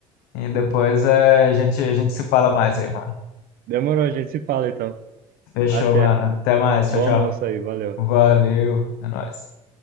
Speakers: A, on the left; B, on the right.
A: E depois é, a gente, a gente se fala mais aí, mano.
B: Demorou, a gente se fala então.
A: Fechou,
B: Até.
A: mano. Até mais. Tchau,
B: Bom
A: tchau.
B: almoço aí, valeu.
A: Valeu. É nóis.